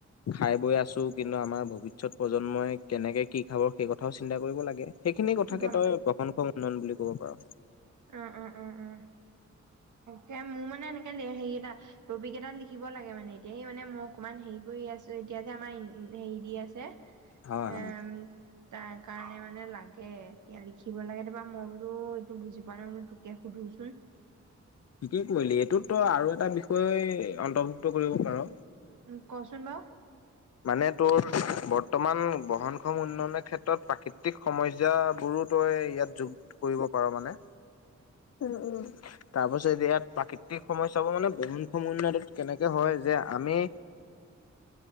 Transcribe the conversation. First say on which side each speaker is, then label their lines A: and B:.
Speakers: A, on the left; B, on the right.
A: খায়-বৈ আছোঁ ।কিন্তু আমাৰ ভৱিষ্যত প্ৰজন্মই কেনেকৈ কি খাব সেই কথাও চিন্তা কৰিব লাগে। সেইখিনি কথাকে
B: গম
A: তই', প্ৰসংস উন্নয়ন বুলি, ক'ব পাৰোঁ।
B: অহ-অহ -অহ -অহ টাইম। মোৰ মানে এনেকে হেৰি এটা টপিক এটা লিখিব লাগে, মানে এতিয়া মানে মই অকণমান হেৰি কৰি আছো এতিয়া যে', আমাৰ উম ', হেৰি দি আছে।
A: হয়
B: উম।
A: হয়
B: তাৰ কাৰণে মানে লাগে এতিয়া লিখিব লাগে তোমাৰ ', -মই বোলো এইটো বুজি পোৱা নাই বোলো তোকে সুধোচোন
A: কি', -কি ', কৰিলি এইটোততো আৰু এটা বিষয়, তই অন্তৰ্ভুক্ত কৰিব পাৰ,
B: উম, কচোন বাৰু,
A: মানে তোৰ বৰ্তমান বহনক্ষম উন্নয়নৰ ক্ষেত্ৰত প্ৰাকৃতিক সমস্যাবোৰো তই ইয়াত যোগ কৰিব পাৰ মানে। উম উম তাৰ পাছত ইয়াত প্ৰাকৃতিক সমস্যাবোৰ মানে বহনক্ষম উন্নয়নত কেনেকে হয় যে আমি